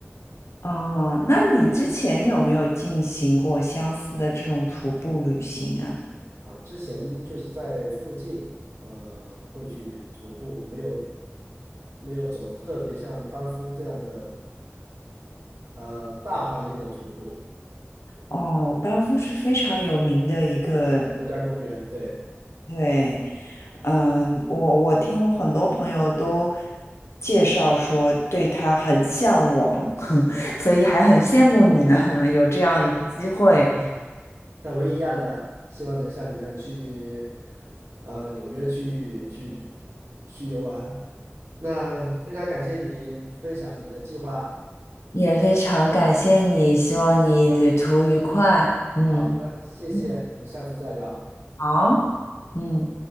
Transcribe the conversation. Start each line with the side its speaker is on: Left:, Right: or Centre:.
Left: 哦，那你之前有没有进行过相似的这种徒步旅行啊？
Right: 啊。之前就是在附近，呃，会去徒步，没有没有走特别像班夫这样的呃大环境的徒步，
Left: 哦，班夫是非常有名的一个，
Right: 国家公园，对。
Left: 对，嗯，我我听我很多朋友都介绍说对他很向往，<laughs> 所以还很羡慕你呢，<laughs> 有这样一个机会，
Right: 嗯。但我也一样的，希望能像你一样去，呃，纽约去去去游玩。那非常感谢你分享你的计划。
Left: 也非常感谢你，希望你旅途愉快。嗯，
Right: 好的，谢谢，
Left: 嗯，
Right: 我们下次再聊。
Left: 好，嗯。